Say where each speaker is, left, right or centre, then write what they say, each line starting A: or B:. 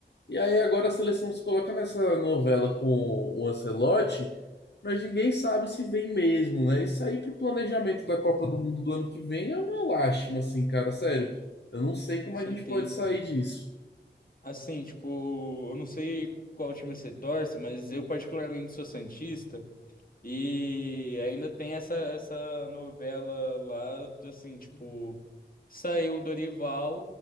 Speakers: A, on the left; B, on the left.
A: E aí agora a seleção se coloca nessa novela com o Ancelotti, mas ninguém sabe se vem mesmo, né? Isso aí pro planejamento da Copa do Mundo do ano que vem é uma lástima, assim, cara, sério. Eu não sei como
B: com certeza.
A: a gente pode sair disso.
B: Assim, tipo, eu não sei qual time você torce, mas eu particularmente sou santista. E ainda tem essa, essa novela lá, assim, tipo, saiu o Dorival,